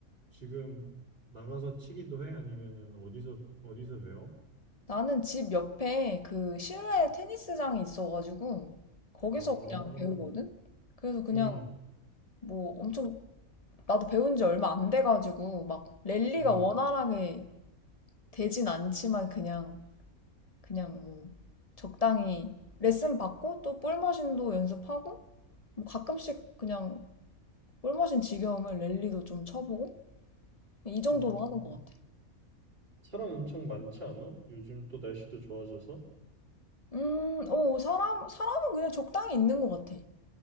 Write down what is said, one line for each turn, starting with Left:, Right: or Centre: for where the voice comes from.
Right: 지금 나가서 치기도 해? 아니면은 어디서 어디서 배워?
Left: 나는 집 옆에 그 실내 테니스장이 있어가지고 거기서
Right: 아,
Left: 그냥 배우거든? 그래서 그냥
Right: 음,
Left: 뭐 엄청 나도 배운 지 얼마 안 돼가지고 막 랠리가
Right: 음,
Left: 원활하게 되진 않지만 그냥 그냥 뭐 적당히 레슨 받고 또 볼머신도 연습하고 뭐 가끔씩 그냥 볼머신 지겨우면 랠리도 좀 쳐보고 이 정도로
Right: 음.
Left: 하는 것 같아.
Right: 사람 엄청 많지 않아? 요즘 또 날씨도 좋아져서.
Left: 음, 오, 사람, 사람은 그냥 적당히 있는 것 같아.